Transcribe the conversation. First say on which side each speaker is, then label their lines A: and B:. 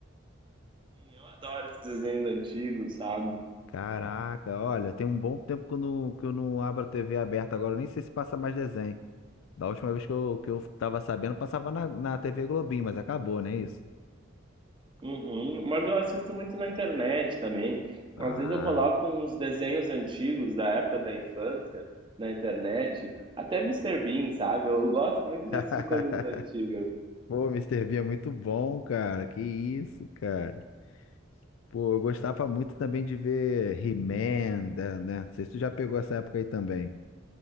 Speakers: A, on the right (about 25°); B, on the left (about 75°).
A: <laughs> Sim, Eu adoro esses desenhos antigos, sabe?
B: Caraca, olha, tem um bom tempo que eu não, que eu não abro a TV aberta agora, eu nem sei se passa mais desenho. Da última vez que eu, que eu tava sabendo, passava na, na TV Globinho, mas acabou, não é isso?
A: Uhum. Mas eu assisto muito na internet também.
B: Ah.
A: Às vezes eu coloco uns desenhos antigos da época da infância na internet. Até Mister Bean, sabe? Eu gosto muito de
B: <laughs>
A: assistir coisas antigas.
B: Pô, Mister Bean é muito bom, cara. Que isso, cara. Pô, eu gostava muito também de ver He-Man, né? né? Não sei se tu já pegou essa época aí também.